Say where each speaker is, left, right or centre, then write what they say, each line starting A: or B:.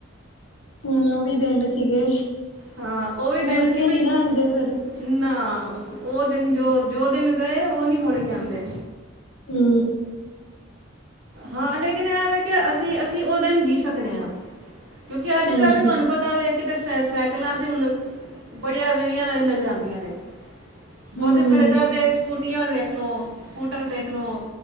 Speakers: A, on the left; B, on the right.
A: ਹੂੰ ਉਹ ਵੀ ਦਿਨ ਸੀਗੇ
B: ਹਾਂ ਉਹ ਵੀ
A: ਮੁੜ
B: ਦਿਨ
A: ਕੇ
B: ਸੀ ਬਈ
A: ਨੀ ਨਾ ਆਦੇ ਫਿਰ
B: ਨਾ ਉਹ ਦਿਨ ਜੋ-ਜੋ ਦਿਨ ਗਏ ਉਹ ਨੀ ਮੁੜ ਕੇ ਆਦੇ!
A: ਹੂੰ।
B: ਹਾਂ ਲੇਕਿਨ ਇਹ ਵੇ ਕਿ ਅਸੀਂ-ਅਸੀ ਉਹ ਦਿਨ ਜੀਅ ਸਕਣੇ ਆ ਕਿਉਂਕਿ ਅੱਜ-ਕੱਲ੍ਹ
A: ਹਾਂਜੀ
B: ਤੁਹਾਨੂੰ ਪਤਾ ਵੇ ਕਿਤੇ ਸਾਈਕਲਾਂ ਤੇ ਹੁਣ ਬੜੀਆਂ ਵਲੀਆਂ ਨਜ਼ਰ ਆਦੀਆਂ ਨੇ ਬਹੁਤੀ
A: ਹਮ
B: ਸੜਕਾਂ ਤੇ ਸਕੂਟੀਆਂ ਦੇੇਖ ਲੋ ਸਕੂਟਰ ਦੇਖ ਲੋ